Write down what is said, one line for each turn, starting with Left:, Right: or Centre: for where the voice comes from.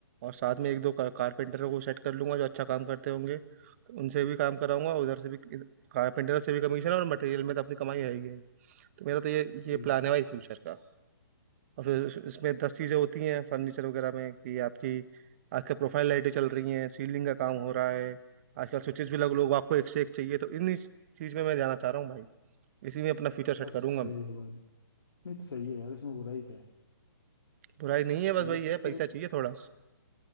Right: और साथ में एक दो कारपेंटरों को सेट कर लूंगा जो अच्छा काम करते होंगे तो उनसे भी काम कराऊंगा उधर से भी कारपेंटरों से भी कमीशन और मटेरियल में तो अपनी कमाई है ही है तो मेरा तो ये ये
Left: ठीक
Right: प्लान
Left: है
Right: है भाई फ्यूचर का और फिर इस- इसमें दस चीज़ें होती हैं फर्नीचर वगैरह में कि आपकी आजकल प्रोफाइल लाइटें चल रही हैं सीलिंग का काम हो रहा है आजकल स्विचेस भी लग लोग आपको एक से एक चाहिए तो इन चीज़ में मैं जाना चाह रहा हूँ भाई इसी में अपना फ्यूचर सेट
Left: बस
Right: करूंगा
Left: सही
Right: मैं
Left: है भाई नहीं तो सही है यार इसमें बुराई क्या है?
Right: बुराई नहीं है बस
Left: मेरे
Right: भाई
Left: को
Right: है
Left: तो
Right: पैसा चाहिए थोड़ा